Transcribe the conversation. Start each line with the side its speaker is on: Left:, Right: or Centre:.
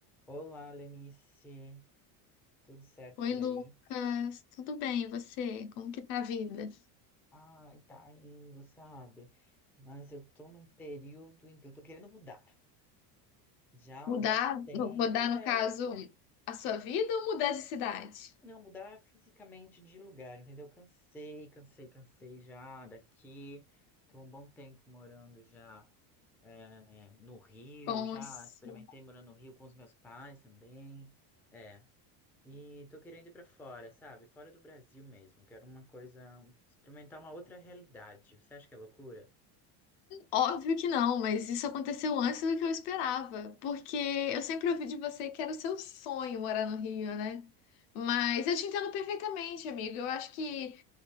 Centre: Olá, Lenice. Tudo certo
Left: Oi,
Centre: por
Left: Lucas.
Centre: aí?
Left: Tudo bem, e você? Como que tá a vida?
Centre: Ah, tá indo, sabe? Mas eu tô num período em que eu tô querendo mudar. Já há
Left: Mudar,
Centre: um bom tempo,
Left: no- mudar no
Centre: é,
Left: caso, a sua vida ou mudar de cidade?
Centre: não mudar fisicamente de lugar, entendeu? Cansei, cansei, cansei já daqui. Tô há um bom tempo morando já é, é, no Rio,
Left: Com
Centre: já
Left: a sua-
Centre: experimentei morando no Rio com os meus pais também. É. E tô querendo ir pra fora, sabe? Fora do Brasil mesmo. Quero uma coisa, um, experimentar uma outra realidade. Você acha que é loucura?
Left: Óbvio que não, mas isso aconteceu antes do que eu esperava, porque eu sempre ouvi de você que era o seu sonho morar no Rio, né? Mas eu te entendo perfeitamente, amigo. Eu acho que